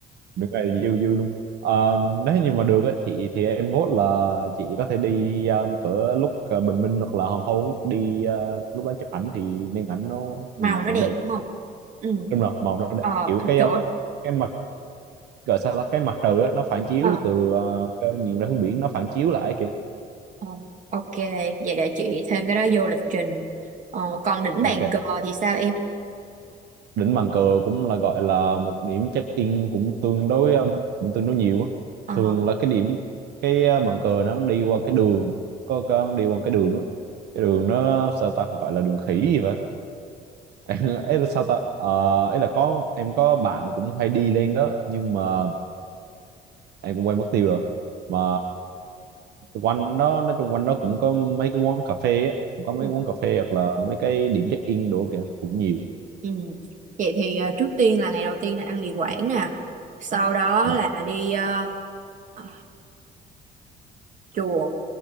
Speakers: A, on the right; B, on the right.
A: nửa ngày là dư dư luôn Ờ, nếu như mà được á, chị thì em vote là chị có thể đi ờ, cỡ lúc ờ, bình minh hoặc là hoàng hôn á. đi ờ, lúc đó chụp ảnh thì nên ảnh nó
B: màu
A: nhìn
B: nó
A: cũng
B: đẹp
A: đẹp
B: đúng không ừ
A: đúng rồi màu nó đẹp
B: ờ
A: kiểu cái
B: chỗ
A: ờ, cái mặt gọi sao ta, cái mặt trời á, nó phản chiếu
B: ờ
A: từ ờ, cái- nhìn ra hướng biển nó phản chiếu lại kìa
B: ờ, ok vậy để chị thêm cái đó vô lịch trình ờ, còn đỉnh
A: ok
B: bàn cờ thì sao em
A: đỉnh bàn cờ cũng là gọi là một điểm check-in cũng tương đối um, cũng tương đối nhiều á
B: ờ
A: thường là cái điểm cái uh, bàn cờ nó đi qua cái đường có có đi qua cái đường á cái đường nó sao ta gọi là đường khỉ gì vậy <laughs> em ấy là sao ta Ờ, ấy là có em có bạn cũng hay đi lên đó nhưng mà em cũng quên mất tiêu rồi mà quanh đó nói chung quanh đó cũng có mấy cái quán cà phê á cũng có
B: ừ.
A: mấy quán cà phê hoặc là mấy cái điểm check-in đồ kìa cũng nhiều
B: ừ. vậy thì ờ, trước tiên là ngày đầu tiên là ăn mì Quảng nè sau đó
A: dạ
B: là đi ờ, ờ, chùa